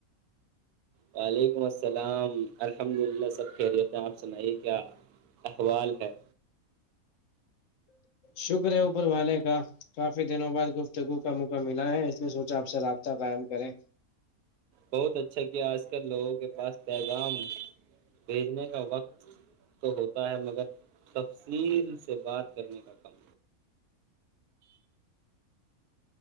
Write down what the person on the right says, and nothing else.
وعلیکم السلام الحمد للہ سب خیریت ہے آپ سنائیے کیا احوال ہے
بہت اچھا کیا آج کل لوگوں کے پاس پیغام بھیجنے کا وقت تو ہوتا ہے مگر تفصیل سے بات کرنے کا کم